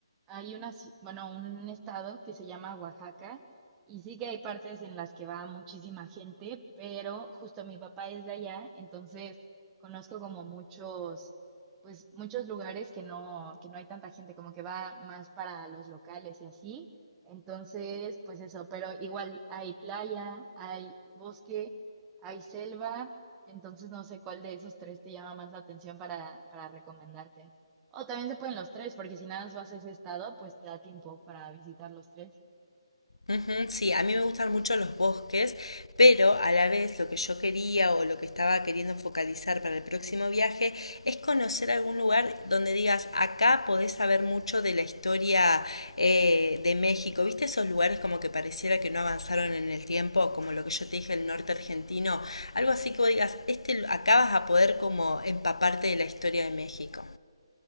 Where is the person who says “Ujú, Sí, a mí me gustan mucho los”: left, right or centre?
Left